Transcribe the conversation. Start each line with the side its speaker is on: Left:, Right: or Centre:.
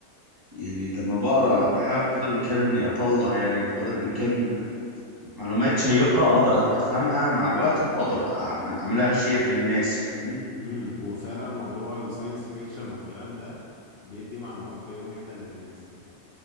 Right: يعني يعني لما بقرا بحاول بقدر الامكان اني اطلع يعني بقدر الامكان معلومات شيقة أقدر أفهمها مع الوقت أو أقدر أعمل- أعملها شير للناس فاهمني
Left: امم وفعلا موضوع الساينس فيكشن والكلام ده بيدي معلومات قيمة جدا للناس يعني